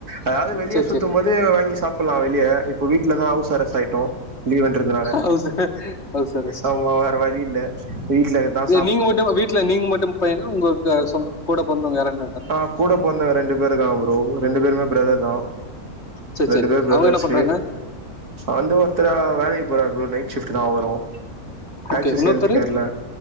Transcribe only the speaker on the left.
சரி,
சரி.
ஹவுஸ் ஹவுஸ் அரெஸ்ட்.
இல்ல நீங்க மட்டும் வீட்ல நீங்க மட்டும் பையனா உங்க சொ கூட பொறந்தவங்க யாருன
சரி,
சரி.
அவங்க என்ன பண்றாங்க?
ஓகே.
இன்னொருத்தரு?